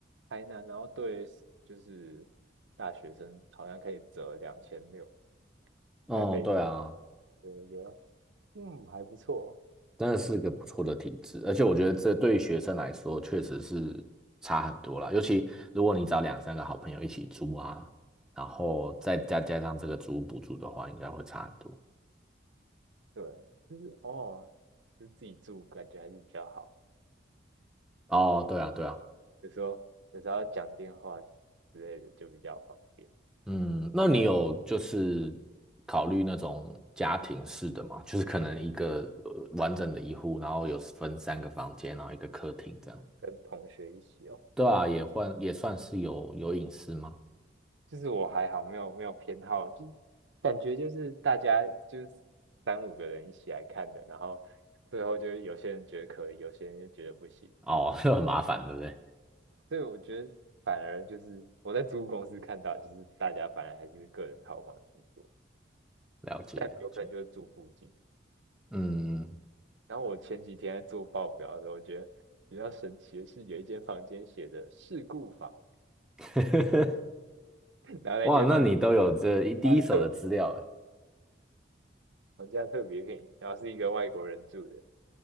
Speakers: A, on the right; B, in the centre.
A: 台南，然后对就是大学生好像可以折两千六，
B: 哦，
A: 台北对
B: 对啊，
A: 我觉得嗯还不错。
B: 真的是个不错的体制，而且我觉得这对于学生来说确实是差很多啦。尤其如果你找两三个好朋友一起租啊，然后再加加上这个租屋补助的话，应该会差很多。
A: 对，就是哦，就是自己住感觉还是比较好。
B: 哦，
A: 他说
B: 对啊，对啊，
A: 有时候有时候要讲电话之类的就比较方便，
B: 嗯，那你有就是考虑那种家庭式的吗？就是可能一个呃完整的一户，然后有分三个房间，然后一个客厅这样。
A: 跟同学一起哦。
B: 对啊，也换也算是有有隐私吗？
A: 就是我还好，没有没有偏好，就是感觉就是大家就是三五个人一起来看的，然后最后就有些人觉得可以，有些人就觉得不行，
B: 哦，<laughs> 很麻烦，
A: 是
B: 对不对？
A: 所以我觉得反而就是我在租屋公司看到，就是大家反而还是个人套房居多，
B: 了解了解。
A: 有可能就是住附近。
B: 嗯，
A: 然后我前几天在做报表的时候，我觉得比较神奇的是有一间房间写着事故房，
B: <laughs>
A: 然后那间房。
B: 哇，那你都有这一第一手的资料哎。
A: <laughs> 特别，房价特别便宜，然后是一个外国人住的，